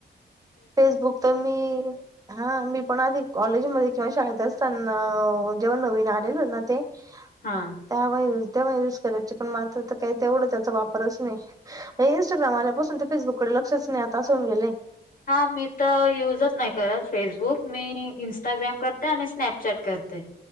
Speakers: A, on the right (about 20°); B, on the left (about 50°).
A: फेसबुक तर मी हा मी पण आधी कॉलेजमध्येध्ये किंवा शाळेतच. जेव्हा नवीन आलेल हो ना ते
B: हा
A: त्या व तेव्हा यूज करायची पण मात्र तर काही तेवढं त्याचा वापरच नाही इंस्टाग्राम आल्यापासून ते फेसबुकडे लक्षच नाही आता असून गेले.
B: हा मी तर युजच नाही करत फेसबुक मी इंस्टाग्राम करते आणि ट करते